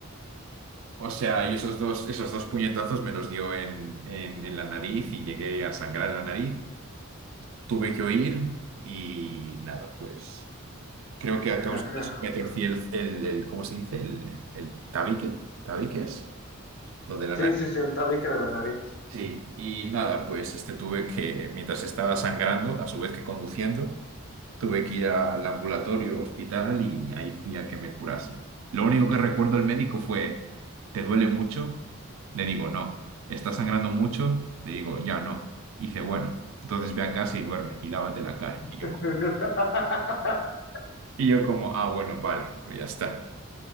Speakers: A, on the right (about 65°); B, on the left (about 50°).
A: O sea, y esos dos, esos dos puñetazos me los dio en, en- en la nariz y llegué a sangrar la nariz. Tuve que oír y nada, pues creo que a causa
B: Verga.
A: de eso me torcí el, el, el- ¿cómo se dice? El, el tabique, ¿tabique es? Lo de la
B: Sí,
A: nariz.
B: sí, sí, el tabique de la nariz.
A: Sí, y nada, pues este tuve que, mientras estaba sangrando, a su vez que conduciendo, Tuve que ir al ambulatorio, hospital y ahí fui a que me curasen. Lo único que recuerdo del médico fue, ¿te duele mucho? Le digo, no. ¿Estás sangrando mucho? Le digo, ya no. Y dice, bueno, entonces ve a casa y duerme y lávate la cara. Y yo,
B: <laughs>
A: y yo como, ah, bueno, vale, pues ya está.